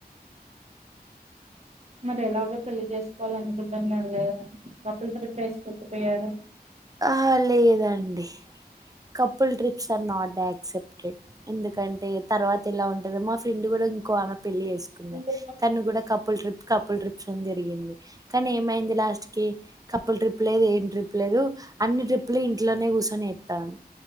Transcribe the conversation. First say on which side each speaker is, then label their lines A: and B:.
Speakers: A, on the right; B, on the right.
A: మరి ఎలాగో పెళ్లి చేసుకోవాలి అనుకుంటున్నారు కదా లోకల్ ట్రిప్ వేసుకోకపోయార?
B: ఆ లేదండి కపుల్ ట్రిప్ నాట్ ఆక్సెప్టెడ్ ఎందుకంటే తర్వాత ఎలా ఉ మా ఫ్రెండ్ కూడా ఇంకో ఆమె పెళ్లి చేసుకుంది
A: ఉమ్,
B: తను కూడా కపుల్ ట్రిప్ కపుల్ ట్రిప్స్ అని జరిగింది కానీ ఏమైంది లాస్ట్ కి కపుల్ ట్రిప్ లేదు ఏం ట్రిప్ లేదు అన్ని ట్రిప్ లు ఇంట్లోనే కూర్చొని ఏత్తాను